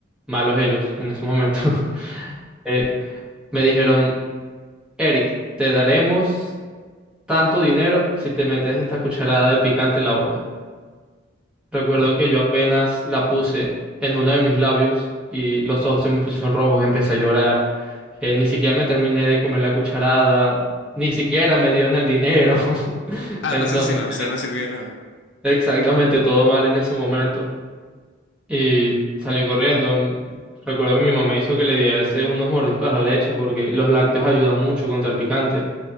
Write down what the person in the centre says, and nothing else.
malos ellos en ese momento, <laughs> eh, me dijeron, Eric, te daremos tanto dinero si te metes esta cucharada de picante en la boca. Recuerdo
que yo apenas la puse en uno de mis labios y los ojos se me pusieron rojos, empecé a llorar. Eh, ni siquiera me terminé de comer la cucharada, ni siquiera me dieron el dinero. <laughs>
Entonces,
exactamente todo mal en ese momento. Y salí corriendo. Mm, Recuerdo que mi mamá hizo que le diese unos mordiscos a la leche porque los lácteos ayudan mucho contra el picante